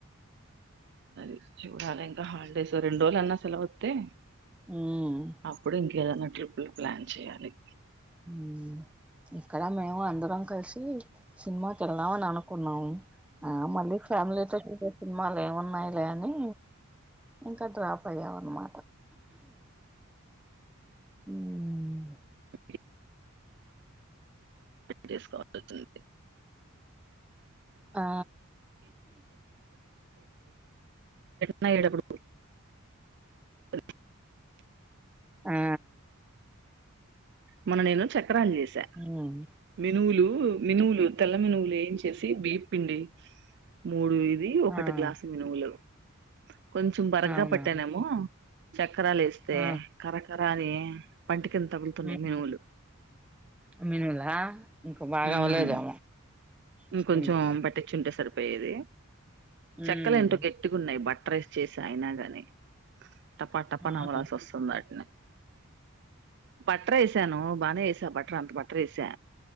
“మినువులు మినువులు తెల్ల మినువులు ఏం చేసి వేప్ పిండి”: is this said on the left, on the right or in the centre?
Right